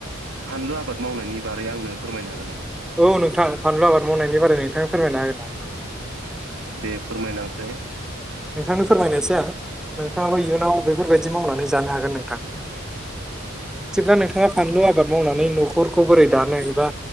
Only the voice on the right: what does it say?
फानलु आबाद मावनायनि बारै आंनो फोरमायनो हागोन नामा
दे फोरमायलांसाय